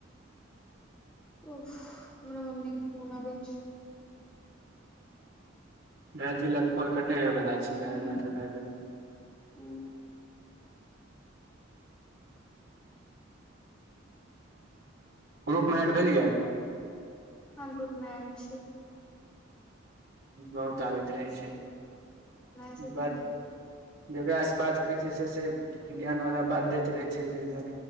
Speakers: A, in the centre; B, on the right (about 75°).
A: ओ हमरा मम्मी के फोन आबै छै।
B: भए गेल कॉल कटे होय वाला छै
A: हूँ
B: गारह मिनट भए गेले
A: हूँ
B: ग्रूप मे एड भेलियै।
A: ह ग्रुप मे एड छै
B: बहुत आबैत रहै छै
A: हमरा सब
B: बात। जकारा से बात कहै छै से से ज्ञान वाला बात दैत रहे छै